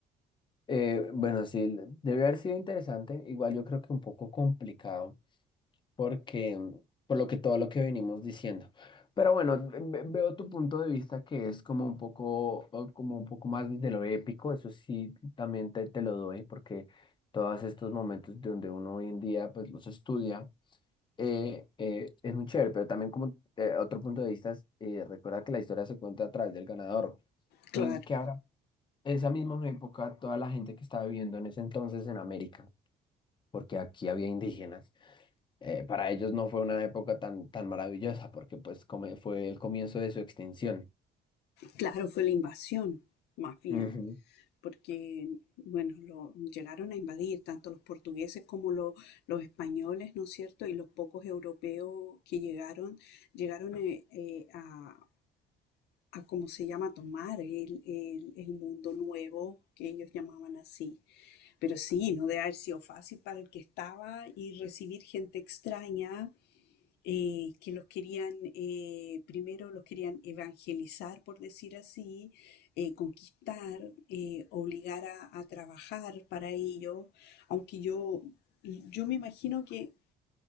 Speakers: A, on the left; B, on the left.
A: Eh, bueno, sí, debe haber sido interesante. Igual yo creo que un poco complicado. porque por lo que todo lo que venimos diciendo. Pero bueno, ve- veo tu punto de vista que es como un poco, eh, como un poco más de lo épico, eso sí, también te, te lo doy, porque todos estos momentos donde uno hoy en día pues los estudia, eh, eh, es muy chévere, pero también como eh, otro punto de vista, es, eh, recuerda que la historia se cuenta a través del ganador.
B: Claro,
A: Entonces, que ahora, esa misma época, toda la gente que estaba viviendo en ese entonces en América, porque aquí había indígenas eh, para ellos no fue una época tan, tan maravillosa porque pues come- fue el comienzo de su extinción.
B: claro, fue la invasión, más bien,
A: Ujú.
B: porque, bueno, lo, llegaron a invadir tanto los portugueses como lo- los españoles, ¿no es cierto? Y los pocos europeos que llegaron, llegaron eh, eh, a a cómo se llama, tomar el, el- el mundo nuevo que ellos llamaban así. Pero sí, no debe haber sido fácil para el que estaba y recibir gente extraña eh, que los querían, eh, primero los querían evangelizar, por decir así, eh, conquistar, eh, obligar a, a trabajar para ellos aunque yo, yo me imagino que